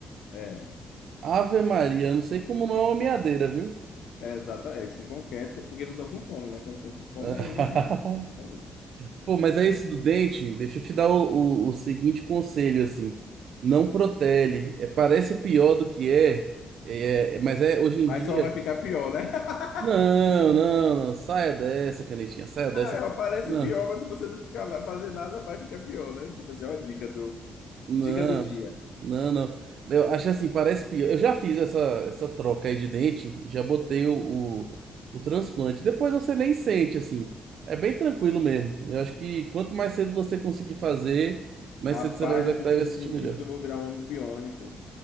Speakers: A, on the left; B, on the right.
A: É.
B: Ave Maria, eu não sei como não é uma meadeira, viu?
A: É, exatamente, eles ficam quietos porque não estão com fome, né? Quando estão com fome,
B: <laughs>
A: aí é, é brincadeira.
B: Pô, mas é esse do dente. Deixa eu te dar o, o, o seguinte conselho, assim. Não protele. É, parece pior do que é, é, é, mas é hoje
A: Mas
B: em dia.
A: só vai ficar pior, né? <laughs>
B: Não, não, não. Saia dessa, canetinha, saia dessa.
A: Ela Parece
B: Não.
A: pior, mas se você não ficar lá fazer nada, vai ficar pior, né? Tipo assim, é uma dica do,
B: Não,
A: dica do dia.
B: não, não. Eu acho assim, parece pior. Eu já fiz essa, essa troca aí de dente, já botei o, o, o transplante. Depois você nem sente, assim. É bem tranquilo mesmo. Eu acho que quanto mais cedo você conseguir fazer, mais
A: Rapaz,
B: cedo você vai executar
A: eu fico
B: e
A: me
B: vai se
A: sentindo
B: sentir melhor.
A: que eu vou virar um homem biônico,